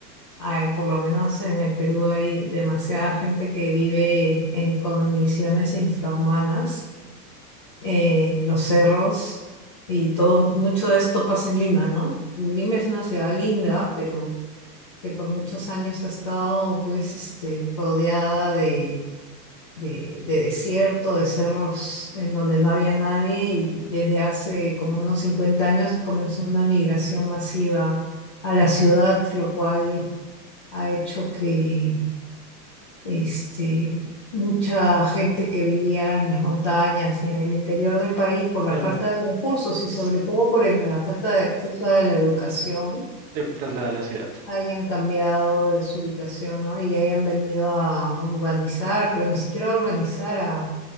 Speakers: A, on the left; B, on the right.
A: Ah, por lo menos en el Perú hay demasiada gente que vive en condiciones infrahumanas. en los cerros y todo, mucho de esto pasa en Lima, ¿no? Lima es una ciudad linda, pero que por muchos años ha estado pues este, rodeada de, de, de desierto, de cerros en donde no había nadie y desde hace como unos 50 años comenzó una migración masiva a la ciudad, lo cual ha hecho que este, mucha gente que vivía en las montañas y en el interior del país por
B: se
A: la falta
B: va-
A: de recursos y
B: se
A: sobre todo por el- la falta de acceso a la educación,
B: traslada a la ciudad.
A: hayan cambiado de su ubicación, ¿no? Y hayan venido a urbanizar, pero ni siquiera a urbanizar, a,